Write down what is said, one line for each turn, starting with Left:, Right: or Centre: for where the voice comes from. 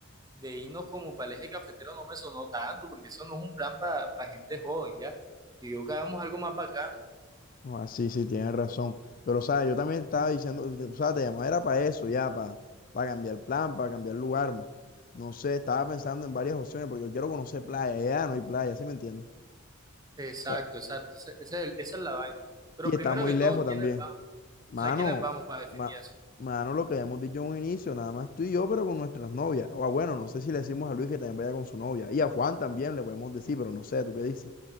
Right: de irnos como para el eje cafetero no me sonó tanto, porque eso no es un plan para gente joven, ¿ya? Y yo que hagamos algo más bacán.
Left: Ah, sí, sí, tienes razón. Pero, o sea, yo también estaba diciendo, o sea, te llamaba era para eso, ya, para, para cambiar el plan, para cambiar lugar. No sé, estaba pensando en varias opciones porque yo quiero conocer playa. Ya no hay playa, ¿sí me entiendes? O
Right: Exacto,
Left: sea,
Right: exacto, ese- ese es el- esa es la vaina. Pero
Left: y
Right: primero
Left: está muy
Right: que
Left: lejos
Right: todo, ¿quiénes
Left: también.
Right: vamos?
Left: Mano,
Right: O sea, ¿quiénes vamos para definir
Left: ma-
Right: eso?
Left: mano, lo que habíamos dicho en un inicio, nada más tú y yo, pero con nuestras novias. O ah, bueno, no sé si le decimos a Luis que también vaya con su novia. Y a Juan también le podemos decir, pero no sé, ¿tú qué dices?